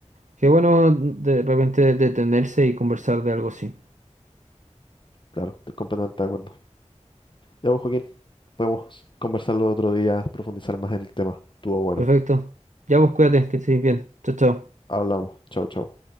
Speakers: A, on the right; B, on the left.
A: qué bueno de repente detenerse y conversar de algo así.
B: Claro, estoy completamente de acuerdo. Ya vos, Joaquín, podemos conversarlo otro día, profundizar más en el tema. Estuvo bueno.
A: Perfecto. Ya vos cuídate, que estés bien. Chao, chao.
B: Hablamos. Chao, chao.